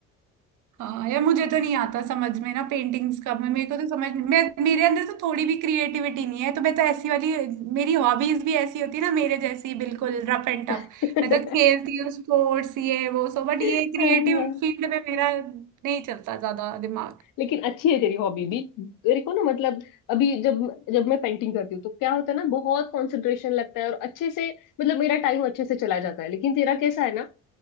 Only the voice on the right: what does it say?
हाँ यार मुझे तो नहीं आता समझ में ना पेंटिंग्स का मैं मेरे को तो समझ मैं मेरे अंदर तो थोड़ी भी क्रिएटिविटी नहीं है तो मैं तो ऐसी वाली मेरी हॉबीज भी ऐसी होती है ना मेरे जैसी बिल्कुल रफ एंड टफ
मैं तो खेलती हूँ स्पोर्ट्स ये वो सो बट ये
क्रिएटिव फील्ड में मेरा नहीं चलता ज्यादा दिमाग